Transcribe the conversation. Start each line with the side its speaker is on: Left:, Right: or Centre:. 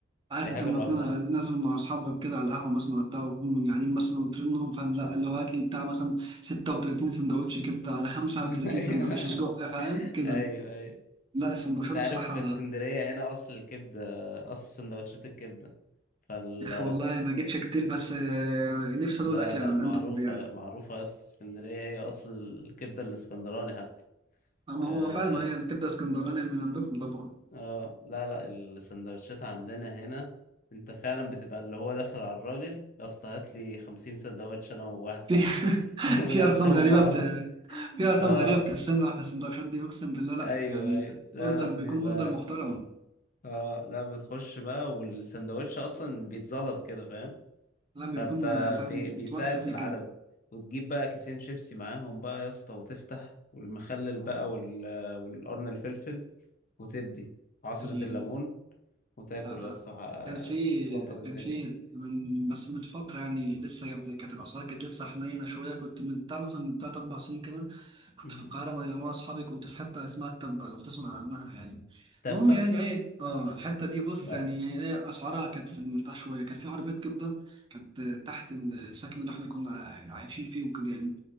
Right: عارف
Left: دي حاجة
Right: انت لما
Left: لوحدها
Right: تكون نازل مع اصحابك كده على القهوه مثلا وبتاع وهم جعانين مثلا وترنهم فاهم لا اللي هو هات لي بتاع مثلا 36 سندوتش كبده على 35
Left: <laughs> ايوه
Right: سندوتش سجق فاهم كده
Left: ايوه ايوه
Right: لا السندوتشات
Left: تعرف
Right: بصراحه
Left: في اسكندرية هنا اصل الكبدة اصل سندوتشات الكبدة فال
Right: يا اخي والله ما جيتش كتير بس آه، نفسي
Left: لا
Right: ادوق الاكل
Left: لا
Right: من
Left: معروفة
Right: عندكم يعني
Left: معروفة يا اسطى اسكندرية هي اصل الكبدة الاسكندراني حتى
Right: اما
Left: اه,
Right: هو فعلا ما هي الكبده اسكندراني من عندكم طبعا
Left: آه لا لا السندوتشات عندنا هنا انت فعلا بتبقى اللي هو داخل على الراجل يا اسطى هات لي 50 سندوتش انا وواحد صاحبي
Right: في <laughs>
Left: <laughs> ونقسمهم
Right: في ارقام غريبه
Left: مع
Right: بت...
Left: بعض
Right: في ارقام
Left: اه
Right: غريبه بتتسمع في السندوتشات دي اقسم بالله لا
Left: ايوه
Right: يعني
Left: ايوه لا
Right: اوردر
Left: لا
Right: بيكون
Left: بيبقى
Right: اوردر محترم
Left: اه لا بتخش بقى والسندوتش اصلا بيتزلط كده فاهم
Right: لا
Left: فانت
Right: بيكون آه، فاهم
Left: بي بيساعد
Right: متوصي
Left: في
Right: بيه
Left: العدد
Right: كده
Left: وتجيب بقى كيسين شيبسي معاهم بقى يا اسطى وتفتح والمخلل بقى وال والقرن الفلفل وتدي عصرة
Right: يعني
Left: الليمون وتاكل
Right: لا
Left: يا اسطى ه-
Right: كان في
Left: تظبط الدنيا
Right: كان في من بس من فترة يعني لسه قبل كانت الأسعار كانت لسه حنينة شوية كنت من بتاع مثلا من تلات أربع سنين كده كنت
Left: مم.
Right: في القاهرة مع مجموعة أصحابي كنت في حتة اسمها التبة لو تسمع عنها يعني
Left: تبة
Right: المهم يعني إيه آه الحتة دي بص
Left: لا
Right: يعني إيه إيه، أسعارها كانت في المرتاح شوية كان في عربية كبدة كانت تحت السكن اللي إحنا كنا عايشين فيه وكده يعني